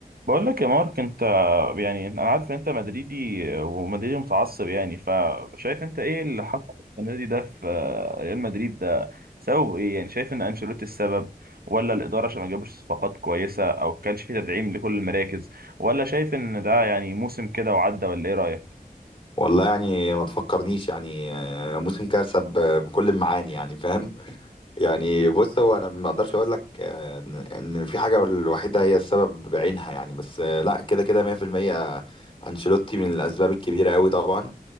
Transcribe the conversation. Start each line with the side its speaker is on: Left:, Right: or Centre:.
Right: بقول لك يا مارك انت يعني انا عارف ان انت مدريدي ومدريدي متعصب يعني فشايف انت ايه اللي حصل السنه دي ده في ريال مدريد ده سبب ايه يعني شايف ان انشيلوتي السبب ولا الاداره عشان ما جابش صفقات كويسه او كانش في تدعيم لكل المراكز ولا شايف ان ده يعني موسم كده وعدى ولا ايه رايك
Left: والله يعني ما تفكرنيش يعني آه، موسم كارثة ب- بكل المعاني يعني فاهم يعني بص هو انا ما اقدرش اقول لك آه، ان إن في حاجة الوحيدة هي السبب بعينها يعني بس آه، لا كده كده 100% انشيلوتي من الاسباب الكبيرة قوي طبعا